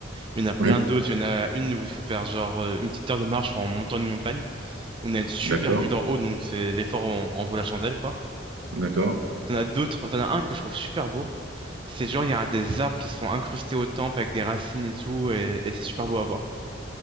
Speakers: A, on the right (about 25°); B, on the right (about 80°).
A: Il y en a plein
B: oui,
A: d'autres, il y en a une où il faut faire genre euh, une petite heure de marche en montant une montagne. On a une super
B: d'accord,
A: vue d'en haut, donc c'est l'effort en, en vaut la chandelle, quoi.
B: d'accord.
A: T'en as d'autres, t'en as un que je trouve super beau. C'est genre, il y a des arbres qui sont incrustés au temple avec des racines et tout, et, et c'est super beau à voir.